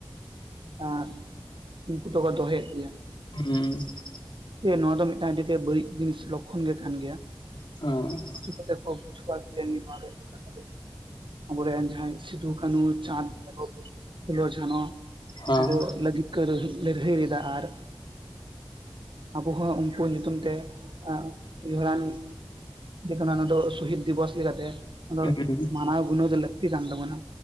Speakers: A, on the right (about 70°); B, on the left (about 65°).
A: ᱟᱨ ᱩᱱᱠᱩ ᱫᱚᱠᱚ ᱫᱚᱦᱚᱭᱮᱫ ᱜᱮᱭᱟ᱾
B: ᱦᱩ
A: ᱱᱚᱣᱟ ᱫᱚ ᱢᱤᱫᱴᱟᱝ ᱵᱟᱹᱲᱤᱡ ᱡᱤᱱᱤᱥ ᱞᱚᱠᱠᱷᱚᱱ ᱜᱮ ᱠᱟᱱ ᱜᱮᱭᱟ᱾
B: <unintelligible>
A: ᱪᱤᱠᱟ ᱛᱮᱠᱚ ᱵᱩᱡᱩᱣᱟ ᱱᱚᱣᱟ ᱨᱮᱭᱟᱜ ᱠᱟᱛᱷᱟ ᱫᱚ᱾ ᱟᱵᱚ ᱨᱮᱱ ᱡᱟᱦᱟᱸᱭ ᱥᱤᱫᱩ ᱠᱟᱱᱩ ᱪᱟᱸᱫᱽ ᱵᱷᱨᱚᱵ ᱯᱷᱩᱞᱳ ᱡᱷᱟᱱᱚ᱾
B: ᱦᱚᱸ
A: ᱟᱵᱚ ᱞᱟᱹᱜᱤᱫ ᱠᱚ ᱞᱟᱲ ᱞᱟᱹᱲ ᱦᱟᱹᱭ ᱞᱮᱫᱟ ᱟᱨ᱾ ᱟᱵᱚ ᱦᱚᱸ ᱩᱱᱠᱩ ᱧᱩᱛᱩᱢ ᱛᱮ ᱮᱜ ᱩᱭᱦᱟᱹᱨᱟᱱ᱾ ᱞᱮᱠᱟ ᱱᱚᱣᱟ ᱫᱚ ᱥᱚᱦᱤᱫ ᱫᱤᱵᱚᱥ ᱞᱮᱠᱟᱛᱮ ᱱᱟᱣᱟ ᱫᱚ
B: ᱦᱩᱸ
A: ᱢᱟᱱᱟᱣ ᱜᱩᱱᱟᱹ ᱫᱚ ᱞᱟᱹᱠᱛᱤ ᱠᱟᱱ ᱛᱟᱵᱚᱱᱟ᱾